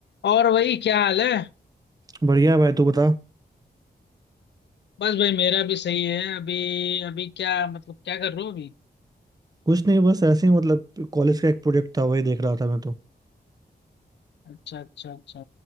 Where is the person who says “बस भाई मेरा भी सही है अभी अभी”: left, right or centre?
Left